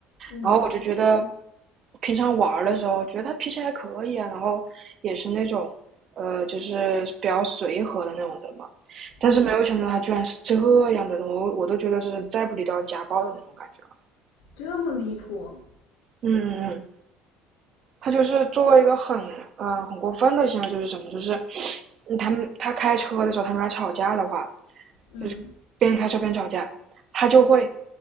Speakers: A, on the left; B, on the right.
A: 嗯
B: 然后我就觉得，平常玩儿的时候觉得他脾气还可以啊，然后也是那种，呃，就是比较随和的那种人嘛。但是没有想到他居然是这样的人，
A: 嗯
B: 我我都觉得就是再不理都要家暴的那种感觉了。
A: 这么离谱？
B: 嗯嗯嗯他就是做了一个很嗯、呃很过分的行为，就是什么，就是 <sniffs> 嗯他们他开车的时候他们俩吵架的话，
A: 嗯，
B: 就是边开车边吵架，他就会